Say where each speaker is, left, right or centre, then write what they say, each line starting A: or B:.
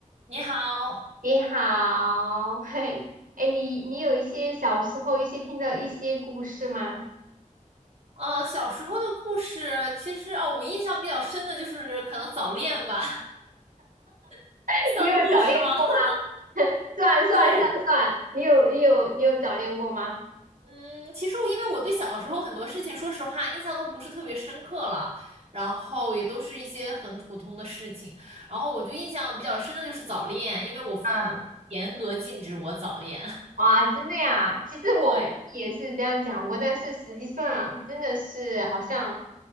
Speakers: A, on the right; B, on the right.
A: 你好，
B: 你好，<laughs> 嘿，哎，你你有一些小时候一些听到一些故事吗？
A: 呃，小时候的故事，其实哦，我印象比较深的就是可能早恋吧，<laughs>
B: <laughs>
A: 算故事吗？
B: 你有早恋过吗？
A: <laughs>
B: <laughs> 算算算算，
A: 对，
B: 你有你有你有早恋过吗？
A: 嗯，其实我因为我对小时候很多事情，说实话印象都不是特别深刻了，然后也都是一些很普通的事情，然后我就印象比较深的就是早恋，因为我父母严格禁止我早恋。
B: 嗯，哇，真的呀，其实我父母也是这样讲过，
A: <laughs> 对，
B: 但是实际上真的是好像